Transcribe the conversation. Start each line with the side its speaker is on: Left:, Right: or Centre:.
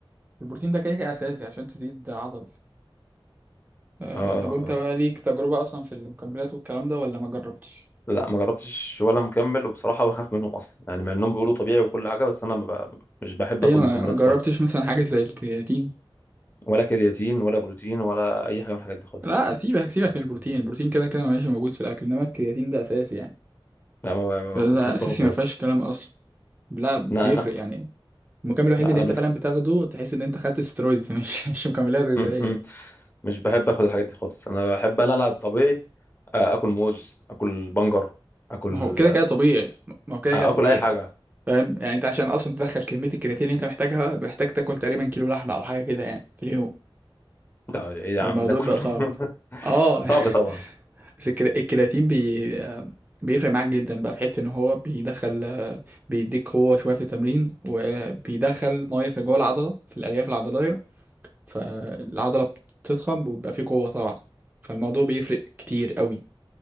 Right: البروتين ده كده كده أساسي عشان تزيد عضل آه
Left: اه آه،
Right: طب وانت بقى
Left: آه.
Right: ليك تجربة أصلا في المكملات والكلام ده ولا ما جربتش؟
Left: لا ما جربتش ولا مكمل وبصراحه بخاف منهم اصلا يعني مع انهم بيقولوا طبيعي وكل حاجه بس انا ما ب... مش بحب
Right: ليه
Left: اخد
Right: ما
Left: مكملات
Right: ما جربتش
Left: خالص
Right: مثلا حاجة زي الكرياتين؟
Left: ولا كرياتين ولا بروتين ولا اي حاجه من الحاجات دي خالص
Right: لا سيبك سيبك من البروتين البروتين كده كده ماشي موجود في الأكل إنما الكرياتين ده أساسي يعني
Left: لا ما ما
Right: ده,
Left: كنتوش
Right: ده أساسي
Left: باخد برضه
Right: ما فيهاش كلام أصلا لا بيفرق
Left: انا انا
Right: يعني المكمل الوحيد
Left: لا
Right: اللي
Left: انا
Right: انت فعلا بتاخده تحس ان انت خدت سترويدز مش <laughs> مش مكملات غذائية
Left: من... <laughs> مش بحب اخد الحاجات دي خالص انا بحب انا العب طبيعي آه، اكل موز اكل بنجر اكل
Right: ما هو كده كده طبيعي ما هو كده
Left: آه،
Right: كده طبيعي
Left: اكل اي حاجه
Right: فاهم يعني انت عشان اصلا تدخل كميه الكرياتين اللي انت محتاجها محتاج تاكل تقريبا كيلو لحمه او حاجه كده يعني في اليوم
Left: ده ايه يا
Right: فالموضوع
Left: عم ده كله
Right: بقى صعب
Left: <laughs>
Right: اه
Left: صعب
Right: <laughs>
Left: طبعا
Right: بس الكرا- الكرياتين بي بيفرق معاك جدا بقى في حته ان هو بيدخل بيديك قوه شويه في التمرين وبيدخل ميه في جوه العضله في الالياف العضليه فالعضله بتضخم وبيبقى فيه قوه طبعا فالموضوع بيفرق كتير قوي